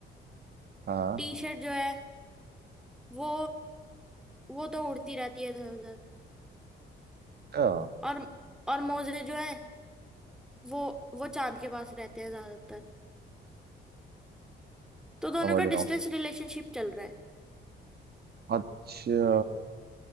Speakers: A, on the right (about 55°); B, in the centre.
A: हाँ
B: टी शर्ट जो है वो वो तो उड़ती रहती है इधर उधर
A: अच्छा,
B: और और मोजे जो है वो वो चांद के पास रहते हैं ज्यादातर तो दोनों
A: समझ
B: का
A: रहा
B: डिस्टेंस
A: हूँ मैं
B: रिलेशनशिप चल रहा है
A: अच्छा